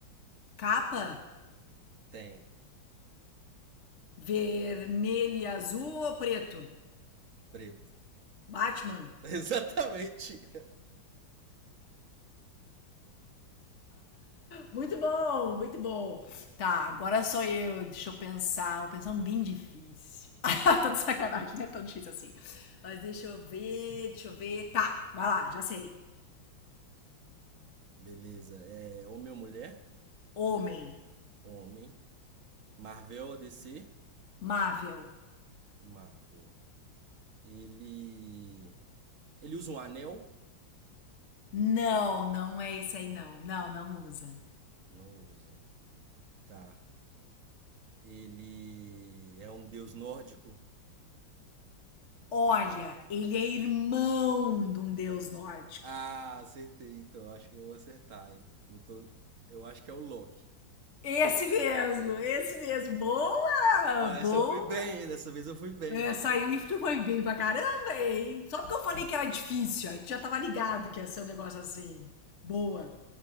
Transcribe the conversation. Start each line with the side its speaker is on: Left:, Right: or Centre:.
Left: Capa?
Right: Tem.
Left: Vermelho e azul ou preto?
Right: Preto.
Left: Batman?
Right: <laughs> Exatamente.
Left: Muito bom, muito bom. Tá, agora sou eu. Deixa eu pensar. Vou pensar um bem difícil. <laughs> tá de sacanagem, não é tão difícil assim. Mas deixa eu ver, deixa eu ver. Tá, vai lá, já sei.
Right: Beleza. É homem ou mulher?
Left: Homem.
Right: Homem. Marvel ou DC?
Left: Marvel.
Right: Marvel. Ele. Ele usa um anel?
Left: Não, não é esse aí, não. Não, não usa.
Right: Não usa. Tá. Ele é um deus nórdico?
Left: Olha, ele é irmão de um deus nórdico.
Right: Ah, acertei, então. Acho que eu vou acertar, hein? Eu, tô... eu acho que é o Loki.
Left: Esse mesmo, esse mesmo. Boa!
Right: Ó, essa
Left: Boa!
Right: eu fui bem, hein? dessa vez eu fui bem.
Left: É, sair tu foi bem pra caramba, hein? Só porque eu falei que era difícil, aí tu já tava ligado que ia ser um negócio assim. Boa,